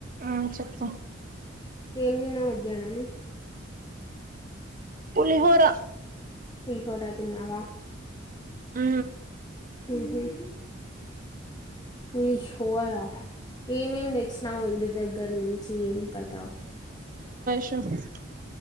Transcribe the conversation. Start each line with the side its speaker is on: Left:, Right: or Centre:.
Right: ఆ చెప్ప
Left: ఏం తిన్నాం మధ్యాహ్నం
Right: పులిహోరా
Left: పులిహోరా తిన్నావా
Right: ఉ
Left: ఉహు పులిహోర ఏమేం నచ్చినావు ఇంటి దగ్గర నుంచి ఏం కదా
Right: చెఫ్స్ కి